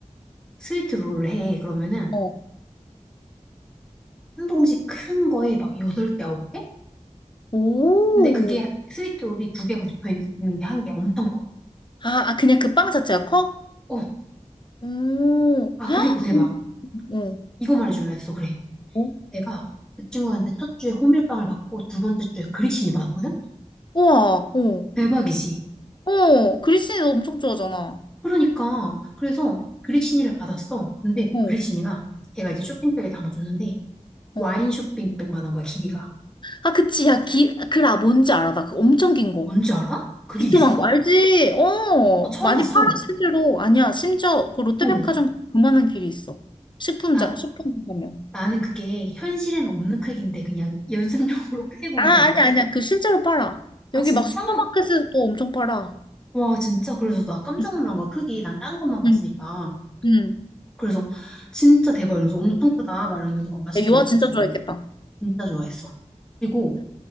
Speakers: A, in the centre; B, on the left.
A: 스위트 롤을 해 그러면은
B: 어.
A: 한 봉지 큰 거에 막 여덟 개 아홉 개
B: 오.
A: 근데 그게 스위트롤이 두 개가 붙어 있는 게 한 개 엄청 커.
B: 아, 아, 그냥 그 빵 자체가 커?
A: 어,
B: 오.
A: 아,
B: 아,
A: 그리고 대박.
B: 그럼, 어.
A: 이거 말해줄라 했어. 그래.
B: 어?
A: 내가 그 친구한테 첫 주에 호밀빵을 받고 두 번째 주에 그리시니 받았거든?
B: 우와. 어.
A: 대박이지.
B: 어. 그리스 너 엄청 좋아하잖아.
A: 그러니까, 그래서 그리시니를 받았어. 근데
B: 어,
A: 그리시니가 걔가 이제 쇼핑백에 담아줬는데 와인
B: 어.
A: 쇼핑백만한 거야, 길이가.
B: 아, 그치. 야, 기, 그라, 뭔지 알아. 나그 엄청 긴 거.
A: 뭔지 알아? 그게
B: 비톰만거
A: 있어?
B: 알지? 어,
A: 나 처음
B: 많이
A: 봤어.
B: 팔아, 실제로. 아니야, 심지어 그 롯데백화점
A: 어,
B: 그만한 길이 있어. 식품자,
A: 나,
B: 식품 가면.
A: 나는 그게 현실에는 없는 크기인데 그냥 연습용으로 <laughs> 크게 구운
B: 아,
A: 줄 알았거든?
B: 아니야, 아니야. 그 실제로 팔아.
A: 아,
B: 여기
A: 진짜?
B: 막 슈퍼마켓에서도 엄청 팔아.
A: 와, 진짜. 그래서 나 깜짝
B: 응,
A: 놀란 거야. 크기. 난 딴 것만 봤으니까.
B: 응. 응.
A: 그래서 진짜 대박 이러면서 엄청 크다. 막 이러면서 막 맛있게
B: 야, 유아
A: 먹었지,
B: 진짜 좋아했겠다.
A: 우리. 진짜 좋아했어. 그리고